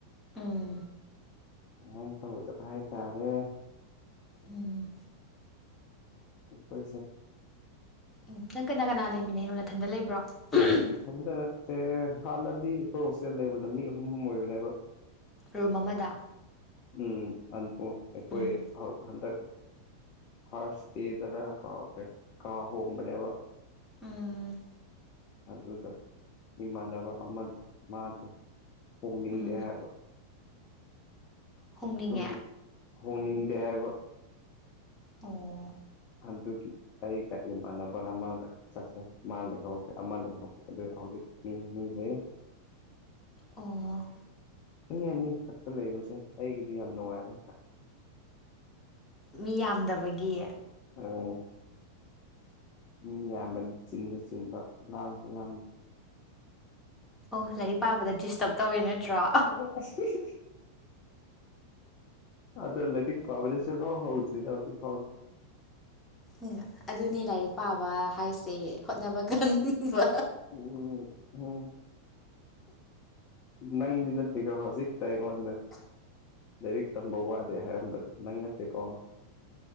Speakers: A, on the left; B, on the left.
A: ꯎꯝ
B: ꯗꯨꯃꯥꯏ ꯇꯧꯗꯕ ꯍꯥꯏ ꯇꯥꯔꯦ
A: ꯎꯝ
B: ꯑꯩꯈꯣꯏꯁꯦ
A: ꯎꯝ ꯅꯪ ꯀꯅꯥ ꯀꯅꯥ ꯂꯩꯃꯤꯟꯅꯩꯅꯣ ꯅꯊꯟꯗ ꯂꯩꯕ꯭ꯔꯣ <unintelligible>
B: ꯃꯊꯟꯇ ꯅꯠꯇꯦ ꯍꯥꯟꯅꯗꯤ ꯑꯩꯈꯣꯏ ꯍꯣꯁꯇꯦꯜ ꯂꯩꯕꯗ ꯃꯤ ꯑꯍꯨꯝ ꯑꯣꯏꯕꯅꯦꯕ
A: ꯔꯨꯝ ꯑꯃꯥꯗ
B: ꯎꯝ ꯑꯗꯨ ꯑꯩꯈꯣꯏ
A: ꯎꯝ
B: ꯍꯥ ꯍꯟꯗꯛ ꯐꯥꯔꯁ ꯗꯦꯗꯅ ꯀꯥꯎꯈ꯭ꯔꯦ ꯀꯥ ꯍꯣꯡꯕꯅꯦꯕ
A: ꯎꯝ
B: ꯑꯗꯨꯗ ꯏꯃꯥꯟꯅꯕ ꯑꯃꯗꯣ ꯃꯥꯗꯣ ꯍꯣꯡꯅꯤꯡꯗꯦ
A: ꯎꯝ ꯎꯝ
B: ꯍꯥꯏꯕ
A: ꯍꯣꯡꯅꯤꯡꯉꯦ
B: ꯑꯗꯨꯒꯤ ꯍꯣꯡꯅꯤꯡꯗꯦ ꯍꯥꯏꯕ
A: ꯑꯣ
B: ꯑꯗꯨꯒꯤ ꯑꯩꯒ ꯏꯃꯥꯟꯅꯕ ꯑꯃꯒ ꯆꯠꯂꯦ ꯃꯥ ꯂꯩꯍꯧꯒꯦ ꯑꯃ ꯂꯩꯍꯧ ꯑꯗꯨ ꯍꯧꯖꯤꯛ ꯃꯤꯅꯤ ꯂꯩ
A: ꯑꯣ꯫
B: ꯃꯤ ꯑꯅꯤ ꯈꯛꯇ ꯂꯩꯕꯁꯦ ꯑꯩꯒꯤꯗꯤ ꯌꯥꯝ ꯅꯨꯡꯉꯥꯏꯕ
A: ꯃꯤ ꯌꯥꯝꯗꯕꯒꯤ
B: ꯑꯣ꯫ ꯃꯤ ꯌꯥꯝꯕꯗꯤ ꯆꯤꯟꯗ ꯆꯤꯟꯕ ꯂꯥꯡꯁꯨ ꯂꯥꯡ
A: ꯑꯣ ꯂꯥꯏꯔꯤꯛ ꯄꯥꯕꯗ ꯗꯤꯁꯇꯕ ꯇꯧꯋꯦ ꯅꯠꯇ꯭ꯔꯣ꯫
B: <unintelligible> ꯑꯗꯣ ꯂꯥꯏꯔꯤꯛ ꯄꯥꯕꯗꯤ ꯁꯨꯛꯍꯧ ꯍꯥꯎꯗ꯭ꯔꯤꯗ ꯍꯧꯖꯤꯛꯐꯥꯎꯗꯤ
A: ꯎꯝ ꯑꯗꯨꯅꯤ ꯂꯥꯏꯔꯤꯛ ꯄꯥꯕ ꯍꯥꯏꯁꯦ ꯍꯣꯠꯅꯕ ꯀꯟꯕ
B: ꯎꯝ ꯎꯝ ꯅꯪꯗꯤ ꯅꯠꯇꯦꯀꫭ ꯍꯧꯖꯤꯛꯇ ꯏꯉꯣꯟꯗ ꯂꯥꯏꯔꯤꯛ ꯇꯝꯕ ꯋꯥꯗꯦ ꯍꯥꯏꯔꯝꯕꯗꯣ ꯅꯪ ꯅꯠꯇꯦꯀꯣ